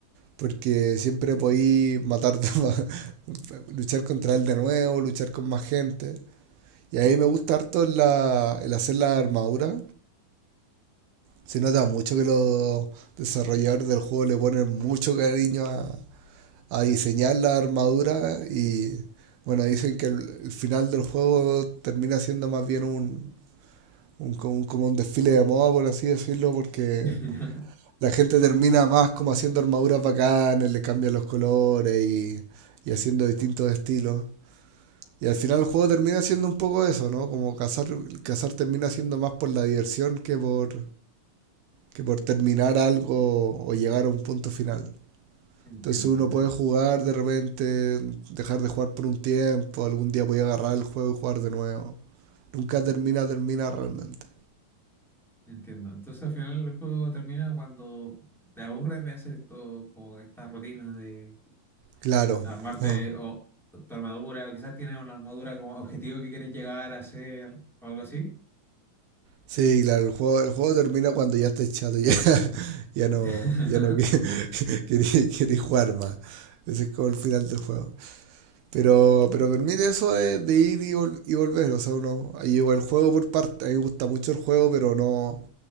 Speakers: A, on the right; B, in the centre.
A: Porque siempre podí matarte, <laughs> más- luchar contra él de nuevo, luchar con más gente. Y ahí me gusta harto el, la, el hacer la armadura. Se nota mucho que los desarrolladores del juego le ponen mucho cariño a, a diseñar la armadura y bueno, dicen que el, el final del juego termina siendo más bien un, un- como un- como un desfile de moda, por así decirlo, porque
B: <laughs>
A: la gente termina más como haciendo armaduras bacanas, le cambian los colores y, y haciendo distintos estilos. Y al final el juego termina siendo un poco eso, ¿no? Como cazar, cazar termina siendo más por la diversión que por, que por terminar algo o llegar a un punto final.
B: Entiendo,
A: Entonces uno
B: en-
A: puede jugar de repente, dejar de jugar por un tiempo, algún día voy a agarrar el juego y jugar de nuevo. Nunca termina, termina realmente.
B: entiendo. Entonces al final el juego termina cuando te aburres de hacer esto, como esta rutina de
A: Claro,
B: armarte
A: no.
B: o tu armadura, o quizás tienes una armadura como objetivo que quieres llegar a hacer o algo así.
A: Sí, claro, el juego, el juego termina cuando ya estás chato, ya, <laughs> ya no,
B: <laughs>
A: ya no queréis <laughs> jugar más. Ese es como el final del juego. Pero, pero permite eso de, de ir y, vol- y volver. O sea, uno ahí lleva el juego por parte. A mí me gusta mucho el juego, pero no,